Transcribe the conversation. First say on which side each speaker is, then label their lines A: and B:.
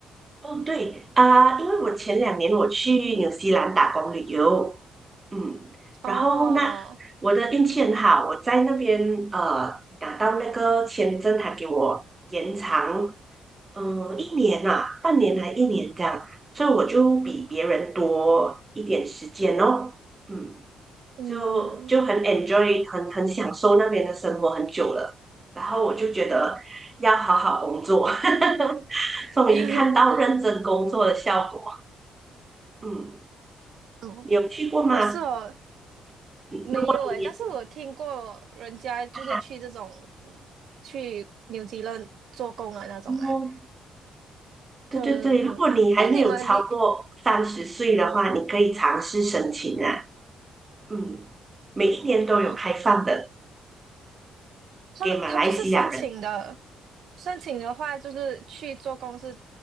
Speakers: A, on the right; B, on the right.
A: 哦，对啊，因为我前两年我去纽西兰打工旅游，嗯，
B: 哦，
A: 然后那我的运气很好，我在那边呃拿到那个签证，还给我延长，嗯、一年啊，半年还一年这样，所以我就比别人多一点时间哦，嗯。
B: 嗯，
A: 就就很 enjoy，很很享受那边的生活很久了。然后我就觉得要好好工作，<laughs> 终于看到认真工作的效果。
B: <laughs>
A: 嗯，
B: 哦，
A: 你有去过吗？
B: 哦，是哦，
A: 嗯
B: 没有诶，
A: 如果你年
B: 但是我听过人家就是去这种
A: 大
B: 去纽西兰做工啊那种啊，
A: 哦，对对对，
B: 嗯，
A: 如果你还没有超过三十岁的话，
B: 但你们你
A: 你可以尝试申请啊。嗯，每一年都有开放的
B: 哦，他他就是申请的，
A: 给马来西亚人。
B: 申请的话就是去做工是